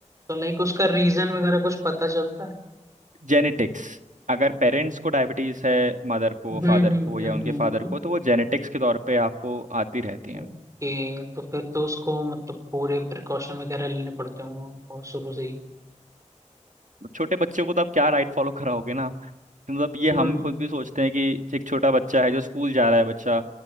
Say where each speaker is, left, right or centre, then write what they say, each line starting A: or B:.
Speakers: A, on the right (about 25°); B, on the right (about 85°).
A: तो लाइक उसका रीजन वगैरह कुछ पता चलता है
B: जेनेटिक्स अगर पेरेंट्स को डायबिटीज है मदर को
A: हम्म
B: फादर
A: हम्म
B: को
A: हम्म
B: या उनके फादर
A: हम्म
B: को तो वो जेनेटिक्स के तौर पे आपको आती रहती है
A: ओके तो फिर तो उसको मतलब पूरे प्रिकॉशन वगैरह लेने पड़ते होंगे उनको शुरू से ही
B: छोटे बच्चों को तो आप क्या डाइट फॉलो कराओगे ना तो मतलब ये
A: हम्म
B: हम खुद भी सोचते हैं कि एक छोटा बच्चा है जो स्कूल जा रहा है बच्चा